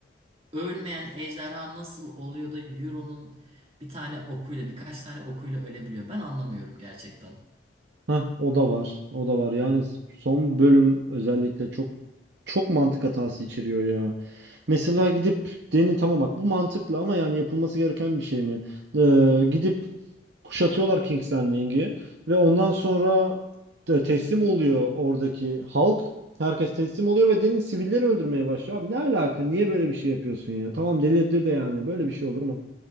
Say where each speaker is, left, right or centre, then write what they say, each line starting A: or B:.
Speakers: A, on the right (about 30°); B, on the right (about 65°).
A: ölmeyen ejderha nasıl oluyor da Euron'un bir tane okuyla birkaç tane okuyla ölebiliyor. Ben anlamıyorum gerçekten.
B: Heh, o da var. O da var. Yani son bölüm özellikle çok çok mantık hatası içeriyor ya. Mesela gidip deni tamam bak bu mantıklı ama yani yapılması gereken bir şey mi? Ee, gidip kuşatıyorlar King's Landing'i ve ondan sonra te- teslim oluyor oradaki halk. Herkes teslim oluyor ve deni sivilleri öldürmeye başlıyor. Abi ne alaka? Niye böyle bir şey yapıyorsun ya? Tamam delirdi de yani. Böyle bir şey olur mu?